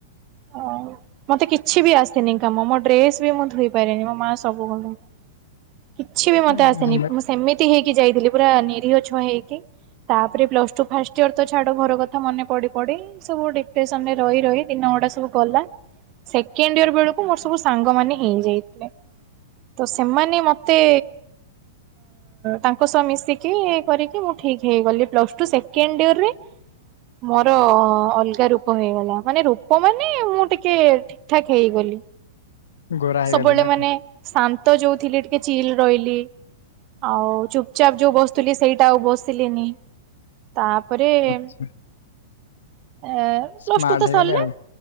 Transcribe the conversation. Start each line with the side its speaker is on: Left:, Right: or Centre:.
Right: ଓଃ, ମତେ କିଛି ବି ଆସିନି କାମ। ମୋ ଡ୍ରେସ ବି ମୁଁ ଧୋଇ ପାରେନି, ମୋ ମା ସବୁ କରେ। କିଛି ବି ମତେ
Left: ଉଁ,
Right: ଆସେନି। ମୁଁ ସେମିତି ହେଇକି ଯାଇଥିଲି। ପୁରା ନିରୀହ ଛୁଆ ହେଇକି। ତାପରେ ପ୍ଲସ ଟୁ ଫାଷ୍ଟ ଇୟର ତ ଛାଡ, ଘର କଥା ମନେ ପଡି ପଡି ସବୁ ଡିଫ୍ରେଶନରେ ରହି, ରହି ଦିନ ଗୁଡା ସବୁ ଗଲା, ସେକେଣ୍ଡ ଇଅର ବେଳକୁ ମୋର ସବୁ ସାଙ୍ଗ ମାନେ ହେଇ ଯାଇଥିଲେ। ତ, ସେମାନେ ମୋତେ
Left: ?
Right: ତାଙ୍କ ସହ ମିଶିକି କରିକି, ମୁଁ ଠିକ ହେଇଗଲି ପ୍ଲସ ଟୁ ସେଣ୍ଡ ଇଅରରେ ମୋର ଅଲଗା ରୂପ ହେଇଗଲା। ମାନେ ରୂପ ମାନେ ନାଇଁ ମୁଁ ଟିକେ ଠିକ ଠାକ ହେଇଗଲି
Left: ଗୋରା ହେଇଗଲେ
Right: ସବୁବେଳେ
Left: ନା କଣ
Right: ମାନେ ଶାନ୍ତ ଯୋଉଥିଲି ଟିକେ ଚିଲ ରହିଲି। ଆଉ ଚୁପଚାପ୍ ଯୋଉ ବସୁଥିଲି ସେଇଟା ଆଉ ବସିଲିନି। ତାପରେ ଏ
Left: ଆଚ୍ଛା। ସ୍ମାର୍ଟ
Right: ପ୍ଲସ ଟୁ ତ
Left: ହେଇଗଲେ
Right: ସରିଲା।
Left: ଆଉ